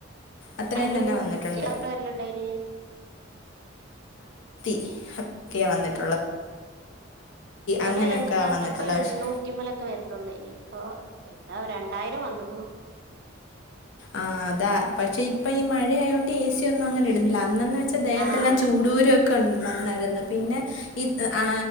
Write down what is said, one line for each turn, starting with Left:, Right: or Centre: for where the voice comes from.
Left: അത്രയും
Right: അയിന്റെ
Left: തന്നെ
Right: മുമ്പ്
Left: വന്നിട്ടുണ്ട്
Right: <unintelligible> വെര് ലിണ്ടായിനി
Left: <unintelligible> വന്നിട്ട്
Right: ഇവിടെ
Left: അങ്ങനെയൊക്കെ
Right: <unintelligible>
Left: വന്നിട്ടുള്ള
Right: എണ്ണൂറ്റിമ്മലൊക്കെ
Left: പക്ഷെ
Right: വരള്ളേനി ഇപ്പൊ എന്താ രണ്ടായിരം വന്നേക്കുണു
Left: ആഹ് അതാ പക്ഷെ ഇപ്പൊ ഈ മഴയൊണ്ട് ഏ സിയ ഒന്നും അങ്ങനെ ഇടുന്നില്ല അന്നന്ന് വെ വെച്ചാൽ ദേഹത്തെല്ലാം
Right: ആഹ്
Left: ചൂടൂരുക്കെ വന്നാരുന്നു പിന്നെ ആ